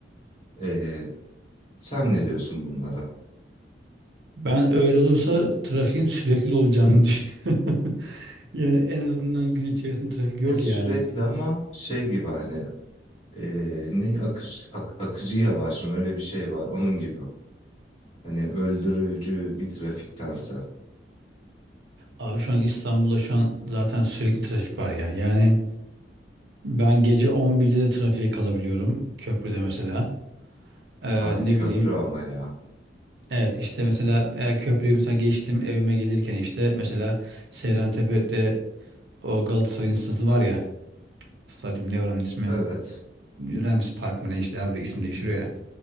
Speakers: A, on the left; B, on the right.
A: Ee, sen ne diyorsun bunlara?
B: Ben öyle olursa trafiğin sürekli olacağını düşünüyorum. <laughs> Yani en azından gün içerisinde trafik yok
A: Ya sürekli
B: yani.
A: ama şey gibi hani ee, ne akış ak- akıcı yavaş mı öyle bir şey var onun gibi. Hani öldürücü bir trafiktense.
B: Abi şu an İstanbul'da şu an zaten sürekli trafik var ya. Yani ben gece 11'de de trafiğe kalabiliyorum köprüde mesela. Ee,
A: Abi
B: ne
A: köprü
B: bileyim
A: ama ya.
B: evet işte mesela e, köprüyü mesela geçtim evime gelirken işte mesela Seyrantepe'de o Galatasaray stadı var ya stadyum ne oranın ismi?
A: Evet.
B: Rams Park mı ne işte abi isim değiştiriyor ya.